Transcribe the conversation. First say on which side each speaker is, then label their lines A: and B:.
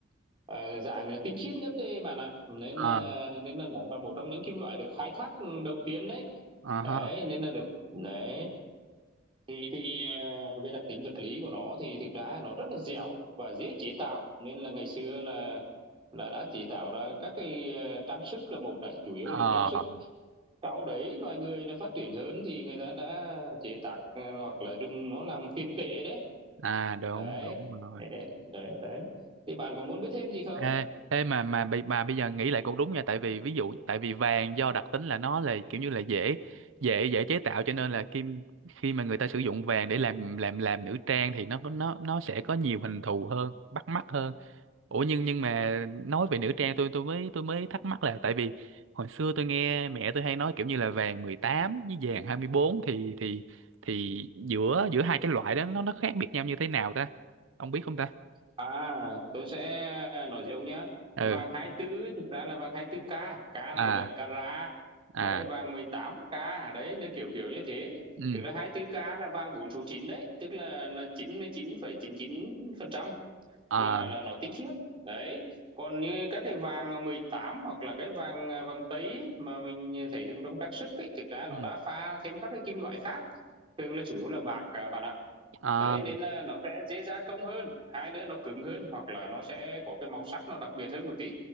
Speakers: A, on the right; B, on the right.
A: ờ, dạng là tinh khiết nhất đấy bạn ạ nên
B: à
A: là nên là nó là một trong những kim loại được khai thác đầu tiên đấy
B: à
A: đấy
B: ha.
A: nên là được đấy thì thì ờ, về đặc tính vật lý của nó thì thực ra nó rất là dẻo và dễ chế tạo nên là ngày xưa là là đã chế tạo ra các cái ờ, trang sức là một này chủ yếu
B: à
A: là dùng trang sức sau đấy loài người nó phát triển hơn thì người ta đã chế tác ờ, hoặc là dùng nó làm tiền tệ đấy
B: à đúng
A: đấy
B: đúng rồi
A: đấy đấy đấy. thì bạn có muốn biết thêm gì không
B: Ê, ê mà mà bị- mà bây giờ nghĩ lại cũng đúng nha tại vì ví dụ tại vì vàng do đặc tính là nó là kiểu như là dễ dễ dễ chế tạo cho nên là kim khi mà người ta sử dụng vàng để làm làm làm nữ trang thì nó có- nó nó sẽ có nhiều hình thù hơn bắt mắt hơn ủa nhưng nhưng mà nói về nữ trang tôi tôi mới tôi mới thắc mắc là tại vì hồi xưa tôi nghe mẹ tôi hay nói kiểu như là vàng 18 với vàng 24 thì thì thì giữa giữa hai cái loại đó nó nó khác biệt nhau như thế nào ta ông biết không ta
A: à tôi sẽ nói dâu nhá
B: ừ
A: vàng 24 thực ra là vàng 24 ca, k
B: à
A: này là carat
B: à
A: đấy vàng 18 ca, đấy nó kiểu kiểu như thế
B: ừ
A: thực ra 24 ca là vàng 4 số chín đấy tức là là chín chín chín mươi phẩy chín chín phần trăm
B: à
A: là là nó tinh khiết đấy còn như các cái vàng 18 hoặc là cái vàng vàng tý mà mình thấy dùng trong trang sức ấy, thực ra nó
B: ừ.
A: đã pha thêm các cái kim loại khác thường là chủ yếu là bạc à, bạn ạ
B: à
A: đấy nên là nó sẽ dễ gia công hơn hai nữa nó cứng hơn hoặc là nó sẽ có cái màu sắc nó đặc biệt hơn một tí